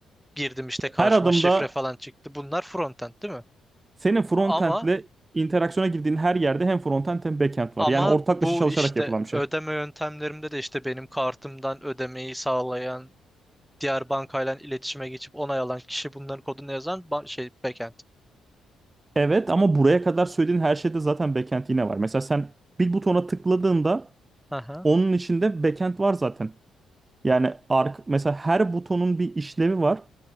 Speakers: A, in the centre; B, on the right (about 30°).
A: girdim işte karşıma
B: Her adımda
A: şifre falan çıktı. Bunlar frontend değil mi?
B: senin frontend'le
A: Ama
B: interaksiyona girdiğin her yerde hem frontend hem backend
A: ama
B: var. Yani ortaklaşa
A: bu
B: çalışarak
A: işte
B: yapılan bir şey.
A: ödeme yöntemlerimde de işte benim kartımdan ödemeyi sağlayan diğer bankayla iletişime geçip onay alan kişi bunların kodunu yazan ba- şey backend.
B: Evet ama buraya kadar söylediğin her şeyde zaten backend yine var. Mesela sen bir butona tıkladığında
A: Aha.
B: onun içinde backend var zaten. Yani ark mesela her butonun bir işlevi var